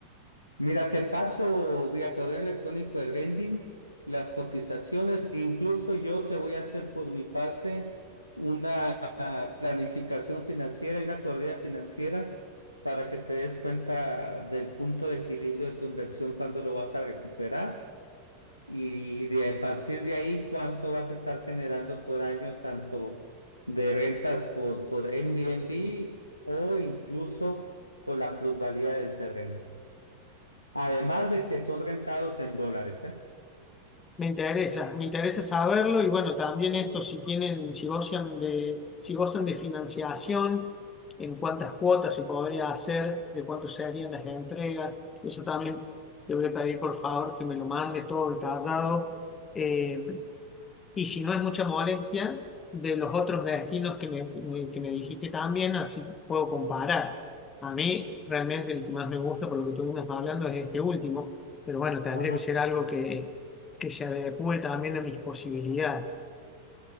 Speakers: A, on the left (about 85°); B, on the left (about 20°).
A: Mira, te paso vía correo electrónico el rending, las cotizaciones, e incluso yo te voy a hacer por mi parte una ah, planificación financiera y una corrida financiera para que te des cuenta del punto de equilibrio de tu inversión, cuando lo vas a recuperar Y de a partir de ahí, ¿cuánto vas a estar generando por año, tanto de rentas por, por Airbnb o incluso por la plusvalía del terreno? Además de que son rentados en dólares, ¿eh?
B: Me interesa, me interesa saberlo y bueno, también esto si tienen, si gozan de, si gozan de financiación, en cuántas cuotas se podría hacer, de cuánto serían las entregas, eso también te voy a pedir por favor que me lo mandes todo detallado. Eh, y si no es mucha molestia, de los otros destinos que me, me- que me dijiste también, así puedo comparar. A mí realmente el que más me gusta por lo que estuvimos hablando es este último, pero bueno, tendría
A: Ajá.
B: que ser algo que, que se adecue también a mis posibilidades.